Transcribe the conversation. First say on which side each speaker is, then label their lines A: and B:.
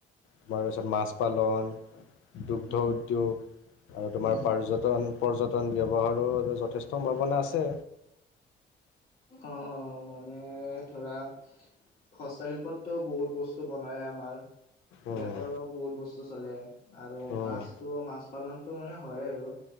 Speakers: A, on the left; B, on the left.
A: তোমাৰ পাছত মাছ পালন, দুগ্ধ
B: উম
A: উদ্যোগ আৰু তোমাৰ
B: উম
A: পাৰ্যটন। পৰ্যটন ব্যৱহাৰো যথেষ্ট সম্ভাৱনা আছে।
B: অ', অ', মানে ধৰা। হস্তশিল্পতটো বহুত বস্তু বনাই আমাৰ।
A: উম,
B: বেপাৰো বহুত বস্তু চলে আৰু
A: উম,
B: মাছটোও মাছ পালনটো মানে হয় আৰু।